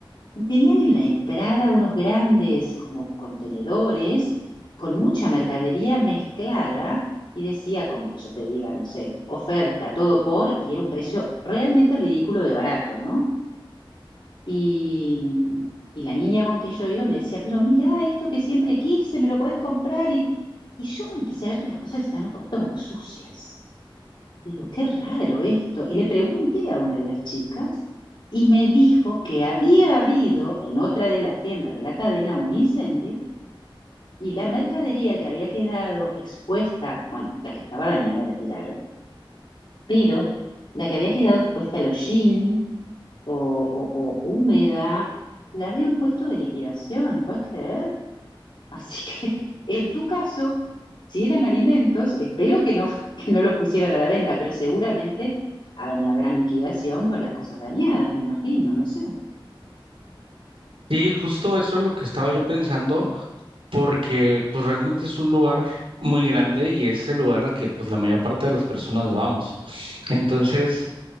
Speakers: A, on the left; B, on the right.
A: Y tenían en la entrada unos grandes como contenedores con mucha mercadería mezclada y decía, como que yo te diga, no sé, oferta, todo por, y era un precio realmente ridículo de barato, ¿no? Y, y la niña con que yo iba me decía, pero mira esto que siempre quise, me lo podés comprar. Y, y yo empecé a ver que las cosas están un poquito como sucias. Y digo, qué raro esto. Y le pregunté a una de las chicas y me dijo que había habido en otra de las tiendas de la cadena un incendio y la mercadería que había quedado expuesta, bueno, la que estaba dañada la tiraron, pero la que había quedado expuesta al hollín o, o- o húmeda, la habían puesto de liquidación, ¿puedes creer? Así que <laughs> en tu caso, si eran alimentos, espero que no, <laughs> que no los pusieran a la venta, pero seguramente hagan una gran liquidación con las cosas dañadas, me imagino, no sé.
B: Sí, justo eso es lo que estaba yo pensando, porque pues realmente es un lugar muy grande y es el lugar al que pues la mayor parte de las personas vamos. Entonces,